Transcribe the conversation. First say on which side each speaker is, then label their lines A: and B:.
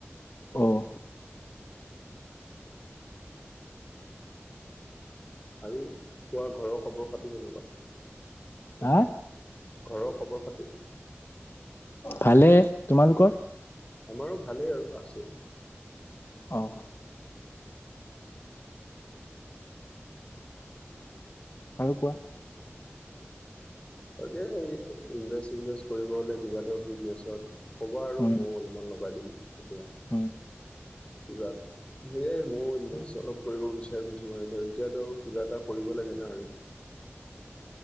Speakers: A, on the left; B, on the left.
A: অহ
B: আৰু তোমাৰ ঘৰৰ খবৰ -খাতি কেনেকুৱা?
A: হা
B: ঘৰৰ খবৰ -খাতি?
A: ভালে তোমালোকৰ?
B: আমাৰো ভালেই আৰু আছ
A: অহ আৰু কোৱা?
B: তাকেইয়ে ইনভেষ্ট-চিনভেষ্ট কৰিব হলে কিবা এটা বিজনেচত হ'ব আৰু
A: উম
B: ময়ো অলপমান লগাই দিম তেতিয়া। কিবা
A: উম
B: সেয়াই ময়ো ইনভেষ্ট অলপ কৰিব বিচাৰি ফুৰিছো। মানে ধৰ এতিয়াতো কিবা এটা কৰিব লাগে না আৰু।